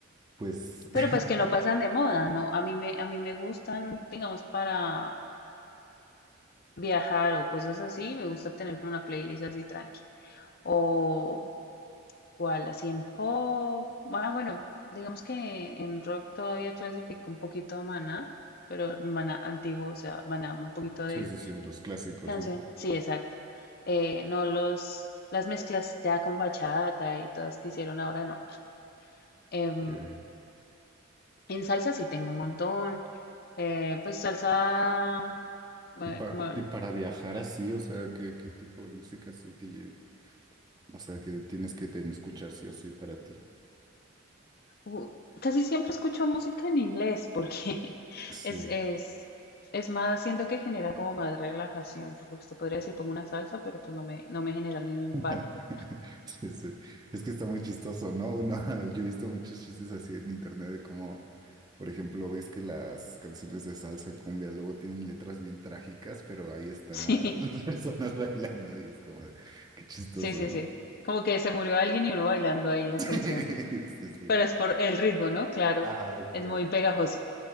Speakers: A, on the right; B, on the left.
A: Pues, <laughs>
B: pero pues que no pasan de moda, ¿no? A mí me, a mí me gustan, digamos, para viajar o cosas así. Me gusta tener como una playlist así tranqui. O ¿Cuál? Así en pop. Ah, bueno, digamos que en rock todavía clasifico un poquito a Maná, pero Maná antiguo, o sea, Maná un poquito de
A: sí, sí, sí, los clásicos,
B: canción.
A: ¿no?
B: Sí, exacto. Eh, no los, las mezclas ya con bachata y todas que hicieron ahora, no. Em,
A: Eh,
B: en salsa sí tengo un montón. Eh, pues salsa, eh,
A: y para,
B: como
A: y para viajar así, o sea, ¿qué, qué tipo de música así te, O sea, que tienes que ten- escuchar sí o sí para ti.
B: u- casi siempre escucho música en inglés porque <laughs>
A: Sí.
B: es, es, es más, siento que genera como más relajación, porque usted podría decir pongo una salsa, pero pues no me, no me genera el mismo impacto.
A: <laughs> Sí, sí. Es que está muy chistoso, ¿no? Uno, <laughs> yo he visto muchos chistes así en internet de cómo, por ejemplo, ves que las canciones de salsa cumbia luego tienen letras bien trágicas, pero ahí están
B: <laughs>
A: la- <laughs> las personas bailando y es como de, qué chistoso,
B: Sí, sí,
A: ¿no?
B: sí, sí. Como que se murió alguien y uno bailando ahí la
A: <laughs>
B: canción.
A: Sí, sí, sí.
B: Pero es por el ritmo, ¿no? Claro,
A: Ajá, claro,
B: es muy
A: claro.
B: pegajoso.